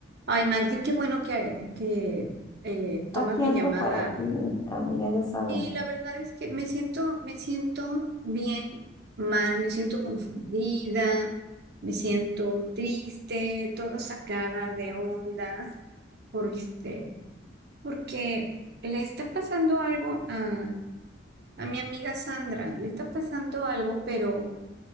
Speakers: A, on the right; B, on the left.
A: Ay, Maxi qué bueno que, que eh, tomas
B: Aquí
A: mi
B: ando
A: llamada.
B: para ti, amiga, ya sabes.
A: Y la verdad es que me siento, me siento bien mal, me siento confundida, me siento triste, toda sacada de onda, por este, porque le está pasando algo a, a mi amiga Sandra, le está pasando algo, pero